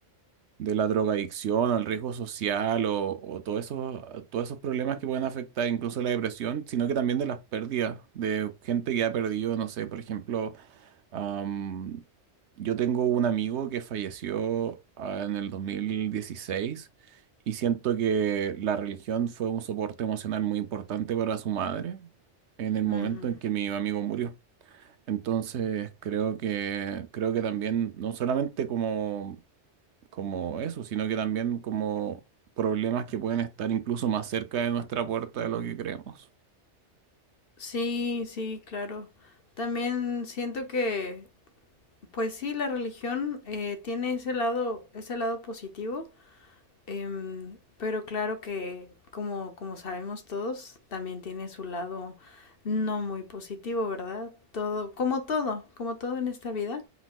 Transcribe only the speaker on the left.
Ujú.
Sí, sí, claro. También siento que, pues sí, la religión eh, tiene ese lado, ese lado positivo, em, pero claro que, como, como sabemos todos, también tiene su lado no muy positivo, ¿verdad? Todo, como todo, como todo en esta vida.